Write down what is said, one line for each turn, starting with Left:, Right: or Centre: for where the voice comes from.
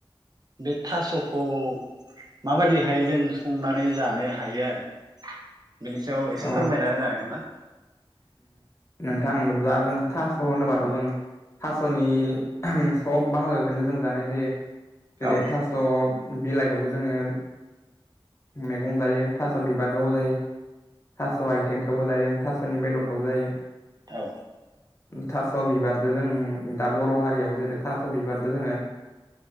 Right: बे थास'खौ माबायदिहाय जों संनानै जानो हायो आरो बिनि सायाव एसे
Left: औ
Right: फोरमायना होनो हागोन ना
Left: थां जा जों थास' होनोबाथ' जों थास'नि सब बाहागोखौनो जों जानाय जायो
Right: औ
Left: जेरै थास' बिलाइखौबो जोङो मैगं जायो थास' बिबारखौबो जायो थास' आइथेंखौबो जायो जों थास'नि बेदरखौबो जायो
Right: औ
Left: थास' बिबारजों जों दा बर' हारियाव जेरै थास' बिबारजों जोङो